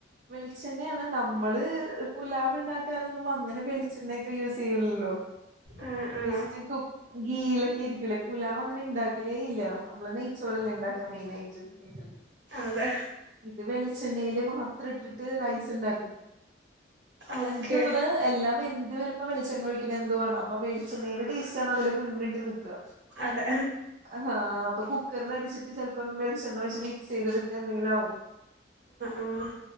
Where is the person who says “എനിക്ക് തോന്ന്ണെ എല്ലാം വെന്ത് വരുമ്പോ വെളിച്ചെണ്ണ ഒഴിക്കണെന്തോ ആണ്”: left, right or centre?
Right